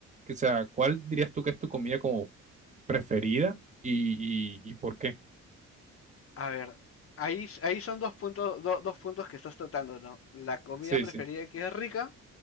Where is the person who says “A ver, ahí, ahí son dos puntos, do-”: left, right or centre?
Left